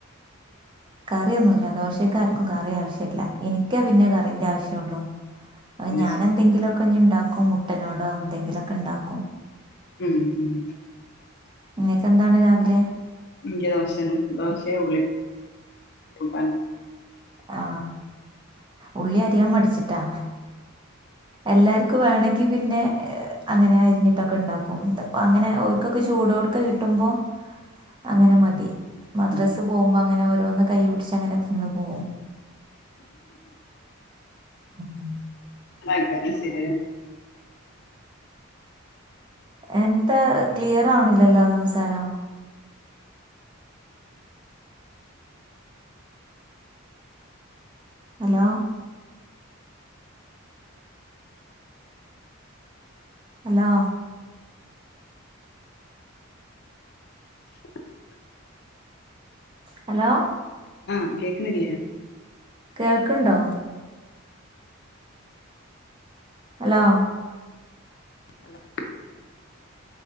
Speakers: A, on the right; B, on the left.
A: കറിയൊന്നുല്ല ദോശേക്ക് ആർക്കും കറി ആവശ്യല്ല എനിക്കാ പിന്നെ കറീന്റെ ആവശ്യംള്ളൂ അത്
B: ഉം
A: ഞാനെന്തെങ്കിലൊക്കെ ഇനി ഇണ്ടാക്കും മുട്ടനോട് എന്തെങ്കിലൊക്കെ ഇണ്ടാക്കും
B: ഉം ഉം
A: <unintelligible> രാവിലെ
B: ൻക്ക് ദോശന്നെ ദോശയും ഉള്ളി കൂട്ടാനും
A: ആ ഉള്ളി അരിയാൻ മടിച്ചിട്ടാ എല്ലാർക്കും വേണെങ്കി പിന്നെ അങ്ങനെ അരിഞ്ഞിട്ടൊക്കെ ഉണ്ടാക്കും ഇതിപ്പോ അങ്ങനെ ഓർക്കൊക്കെ ചൂടോടക്കെ കിട്ടുമ്പോ അങ്ങനെ മതി മദ്രാസ്
B: ഉം
A: പോകുമ്പോ അങ്ങനെ ഒ ഒന്ന് കൈ പിടിച്ചു അങ്ങനെ ന്ന് പോകും <inaudible>
B: ക്ക ശരി
A: എന്താ ക്ലിയർ ആവണില്ലല്ലോ സംസാരം ഹലോ ഹലോ
B: <inaudible>
A: ഹലോ
B: ആഹ കേക്കുന്നില്ലേ
A: കേൾക്കണ്ടോ അലോ
B: <inaudible>